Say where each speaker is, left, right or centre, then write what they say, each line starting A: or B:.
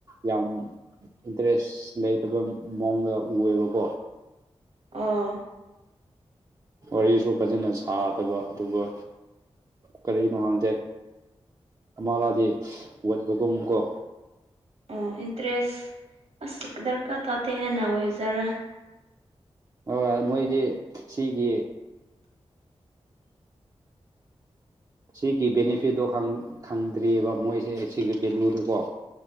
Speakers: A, on the right (about 35°); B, on the right (about 80°).
A: ꯌꯥꯝ ꯏꯟꯇꯔꯦꯁ ꯂꯩꯇꯕ ꯃꯑꯣꯡꯗ ꯎꯑꯦꯕꯀꯣ
B: ꯑꯥ
A: ꯋꯥꯔꯤꯁꯨ ꯐꯖꯅ ꯁꯥꯗꯕ ꯑꯗꯨꯒ ꯀꯔꯤꯅꯣ ꯍꯪꯡꯖꯦ ꯑꯔꯥꯗꯤ <unintelligible> ꯀꯨꯨꯝ ꯀꯣ
B: ꯑꯣ ꯏꯟꯇꯔꯦꯁ ꯑꯁ ꯗꯔꯀꯥꯔ ꯇꯥꯗꯦ ꯍꯦꯟꯅ ꯑꯣꯏꯖꯔꯥ
A: ꯍꯣꯏ ꯃꯣꯏꯗꯤ ꯁꯤꯒꯤ
B: <inaudible>
A: ꯁꯤꯒꯤ ꯕꯦꯅꯤꯐꯤꯠꯇꯣ ꯈꯪꯗ꯭ꯔꯤꯑꯕ ꯃꯣꯏꯁꯦ ꯁꯤꯒꯤ ꯚꯦꯂꯨꯗꯨꯀꯣ